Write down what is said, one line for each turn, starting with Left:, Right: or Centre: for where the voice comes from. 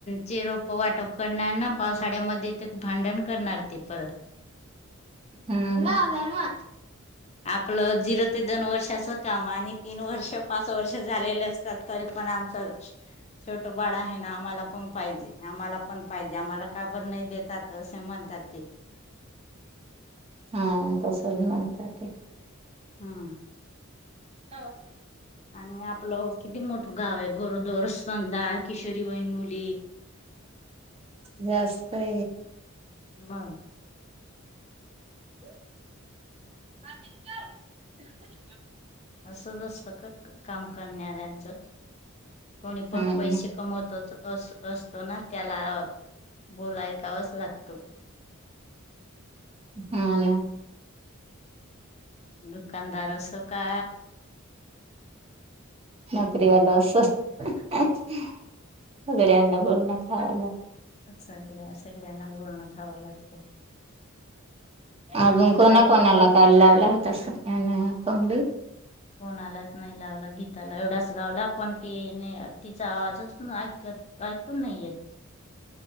Left: चे रोप वाटप करणार ना पावसाळ्यामध्ये ते भांडण करणारं ते परत
Right: हम्म हा
Left: आपलं झिरो ते दोन वर्ष तसं काम आणि तीन वर्ष पाच वर्ष झालेले असतात तरी पण आम छोट बाळ आहे ना आम्हाला पण पाहिजे आम्हाला पण पाहिजे आम्हाला काबर नाही देत. जातं असे म्हणतात ते.
Right: हा तसच म्हणतात ते
Left: हम्
Right: हां
Left: आणि आपलं किती मोठं गाव आहे गोरोदर सधा किशोरी वन मुली. <unintelligible>
Right: व्यासई
Left: उमांग
Right: <unintelligible>
Left: असंच असतं का? काम करणाऱ्यांचं कोणी पण
Right: हा ना
Left: पैसे कमवतच. अस असतो ना त्याला बोला ऐकावाच लागतो.
Right: हाला.
Left: दुकानदार सोका
Right: नोकरी वाल असो <unintelligible> बोलण खाव लाग
Left: सग सगळ्यांना बोलणं खावं लागतं.
Right: आजून
Left: रेणुताईला
Right: कोणा कोणाला
Left: कोण
Right: कॉल लावला होता असं <unintelligible>
Left: कोणालाच नाही लावला गीताला एवढाच लावला पण ति ति ना तिचा आवाजच ऐकू काय फोन नाही येत.